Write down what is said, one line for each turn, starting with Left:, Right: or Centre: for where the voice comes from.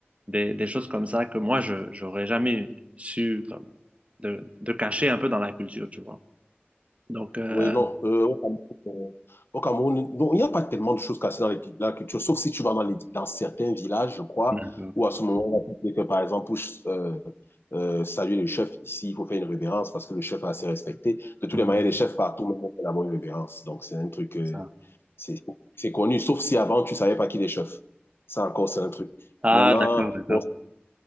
Right: des, des choses comme ça que moi, je j'aurais jamais su comme, de, de cacher un peu dans la culture, tu vois. Donc, euh,
Left: Oui, non. euh, au Cameroun, euh, au Cameroun, non, il n'y a pas tellement de choses cassées dans les, la culture, sauf si tu vas dans, les- dans certains villages, je crois,
Right: D'accord.
Left: où à ce moment-là, tu sais que, par exemple, pour euh, euh, saluer le chef ici, il faut faire une révérence parce que le chef est assez respecté. De toutes
Right: Mhm.
Left: les manières, les chefs partout, mais on fait d'abord une révérence. Donc, c'est un truc, euh,
Right: C'est ça.
Left: c'est c'est connu, sauf si avant, tu savais pas qui est chef. Ça encore, c'est un truc.
Right: Ah,
Left: Maintenant,
Right: d'accord, d'accord,
Left: bon,